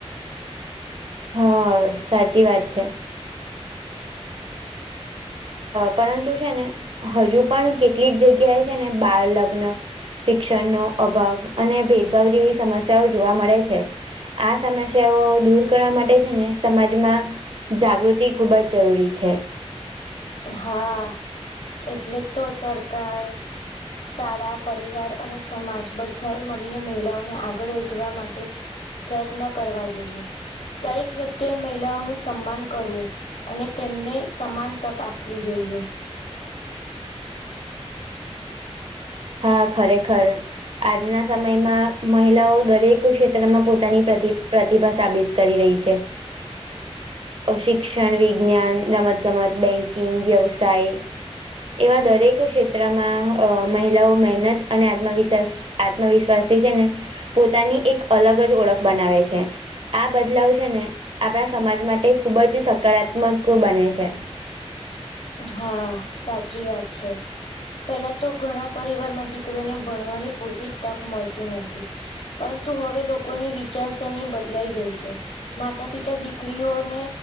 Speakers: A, on the right; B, on the left.
A: હા સાચી વાત છે. પરંતુ છે ને હજુ પણ કેટલીક જગ્યાએ છે ને બાળ લગ્ન. શિક્ષણનો અભાવ અને ભેદભાવ જેવી સમસ્યાઓ જોવા મળે છે. આ સમસ્યાઓ દૂર કરવા માટે છે ને સમાજમાં. જાગૃતિ ખૂબ જ જરૂરી છે.
B: હા એટલે તો સરકાર શાળા પરિવાર અને સમાજ બધાએ મળીને મહિલાઓને આગળ વધવા માટે. પ્રયત્ન કરવા જોઈએ. દરેક વ્યક્તિએ મહિલાઓનું સન્માન કરવું અને તેમને સમાન તક આપ આપવી જોઈએ
A: હા ખરે ખર આજના સમયમાં મહિલાઓ દરેક ક્ષેત્રમાં પોતાની પ્ર પ્રતિભા સાબિત કરી રહી છે
B: <inaudible>
A: શિક્ષણ વિજ્ઞાન રમત ગમત બેંકિંગ વ્યવસાય એવા દરેક ક્ષેત્રમાં અ મહિલાઓ મહેનત અને આત્મવિશ્વાસ આત્મવિશ્વાસથી છે ને પોતાની એક અલગ જ ઓળખ બનાવે છે આ બદલાવ છે ને આપણા સમાજ માટે ખુબ જ સકારાત્મક બને છે
B: હા સાચી વાત છે પેલા તો ઘણા પરિવારમાં દીકરોને ભણવાની પૂરતી તક મળતી નથીતી પરંતુ હવે લોકોની વિચારસરણી બદલાઈ ગઈ છે માતા પિતા દીકરીઓને